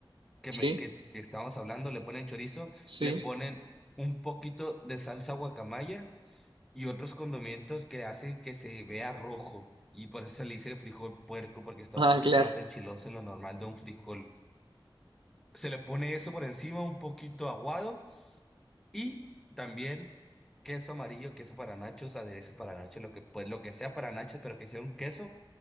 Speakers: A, in the centre; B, on the right.
A: que,
B: Sí,
A: me, que, que estábamos hablando, le ponen chorizo,
B: sí.
A: le ponen un poquito de salsa guacamaya y otros condimentos que hacen que se vea rojo. Y por eso se le dice frijol puerco, porque está
B: Ah,
A: un poquito
B: claro.
A: más enchiloso en lo normal de un frijol. Se le pone eso por encima, un poquito aguado, y también queso amarillo, queso para nachos, aderezo para nachos, lo que, pues, lo que sea para nachos, pero que sea un queso.